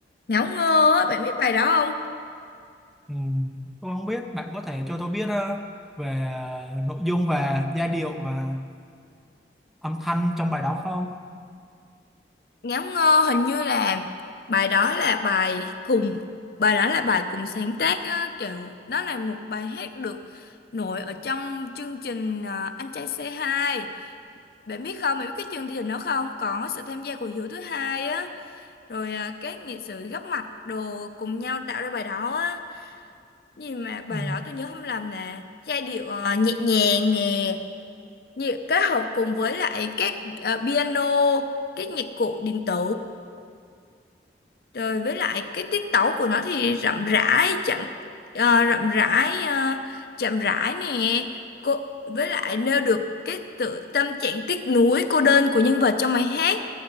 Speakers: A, on the left; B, in the centre.
A: Ngáo ngơ á, bạn biết bài đó không?
B: Ừm, tôi không biết bạn có thể cho tôi biết ờ, về ờ, nội dung và giai điệu và âm thanh trong bài đó không
A: Ngáo ngơ hình như là bài đó là bài cùng bài đó là bài cùng sáng tác á, kiểu đó là một bài hát được nổi ở trong chương trình ờ, Anh trai C2. Bạn biết không? Bạn biết cái chương trình đó không? Có sự tham gia của Hiếu thứ hai á, rồi ờ, các nghệ sĩ góp mặt đồ cùng nhau tạo ra bài đó á. gì mà bài
B: Ừ.
A: đó tôi nhớ không lầm là giai điệu ờ, nhẹ nhàng nè nhị- kết hợp cùng với lại các ờ, piano các nhạc cụ điện tử rồi với lại cái tiết tấu của nó thì rậm rãi chậm ờ, rậm rãi ờ, chậm rãi nè cô với lại nêu được cái tự tâm trạng tiếc nuối cô đơn của nhân vật trong bài hát